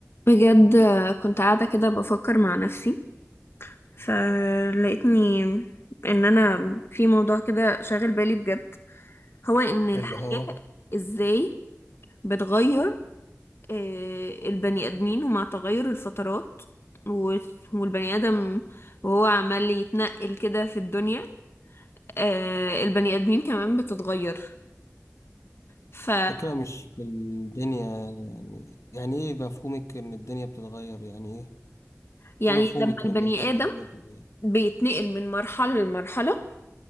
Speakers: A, on the left (about 55°); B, on the left (about 80°).
A: بجد كنت قاعدة كده بفكر مع نفسي فلقيتني ان انا في موضوع كده شاغل بالي بجد هو ان الحياة
B: اللي هو
A: ازاي بتغير آه، البني ادمين ومع تغير الفترات و- والبني ادم وهو عمال يتنقل كده في الدنيا آه، البني ادمين كمان بتتغير ف
B: فكرة مش في الدنيا يعني يعني ايه مفهومك ان الدنيا بتتغير يعني ايه
A: يعني
B: ايه مفهومك
A: لما
B: بالنسبة
A: البني
B: ان
A: ادم
B: الدنيا بتتغير
A: بيتنقل من مرحلة لمرحلة